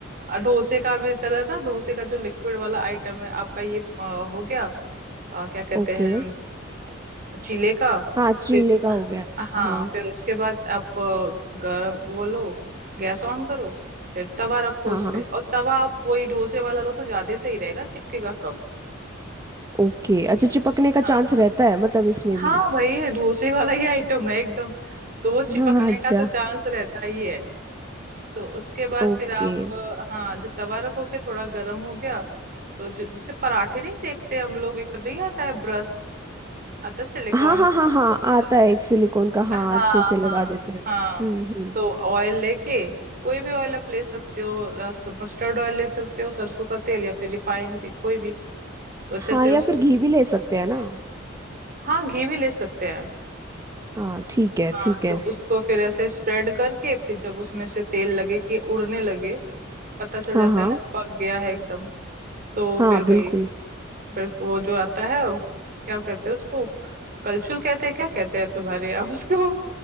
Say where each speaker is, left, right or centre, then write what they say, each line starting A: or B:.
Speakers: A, on the right; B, on the right.
A: अ, डोसे का भी तरह ना डोसे का जो लिक्विड वाला आइटम है आपका ये अ, हो गया अ, क्या कहते
B: ओके
A: हैं अ, चीले का
B: हाँ चीले
A: फिर
B: का हो गया
A: हाँ
B: हाँ
A: फिर उसके बाद आप अ, गरम वो लो गैस ऑन करो फिर तवा रखो
B: हाँ
A: उस
B: हाँ
A: पे और तवा आप वही डोसे वाला लो तो ज्यादा सही रहेगा चिपकेगा कम
B: ओके अच्छा चिपकने का
A: हाँ,
B: चांस रहता है मतलब इसमें
A: हाँ
B: भी
A: वही डोसे वाला ही आइटम है एकदम तो वो चिपकने
B: हाँ अच्छा
A: का तो चांस रहता ही है तो उसके बाद
B: ओके
A: फिर आप अ, हाँ जो तवा रखोगे थोड़ा गर्म हो गया तो जो जिसे पराठे नहीं सेकते हम लोग एक नहीं आता है ब्रश आता है सिलिकॉन
B: हाँ हाँ
A: का
B: हाँ
A: ब्रश
B: हाँ
A: आता
B: आता
A: है
B: है एक सिलिकॉन का हाँ
A: हाँ
B: अच्छे से लगा
A: हाँ
B: देते हैं हम्म
A: हाँ
B: हम्म
A: तो ऑयल लेके कोई भी ऑयल आप ले सकते हो मस्टर्ड ऑयल ले सकते हो सरसों का तेल या फिर रिफाइंड भी कोई भी तो अच्छे
B: हाँ
A: से
B: या
A: उसको
B: फिर घी भी ले सकते हैं ना
A: हाँ घी भी ले सकते हैं
B: हाँ ठीक है
A: हाँ
B: ठीक है
A: तो उसको फिर ऐसे स्प्रेड करके फिर जब उसमें से तेल लगे कि उड़ने लगे पता चल
B: हाँ
A: जाता
B: हाँ
A: है ना पक गया है एकदम तो
B: हाँ
A: फिर वही
B: बिल्कुल
A: फिर वो जो आता है वो- क्या कहते हैं उसको कलछुल कहते हैं क्या कहते हैं तुम्हारे यहाँ उसको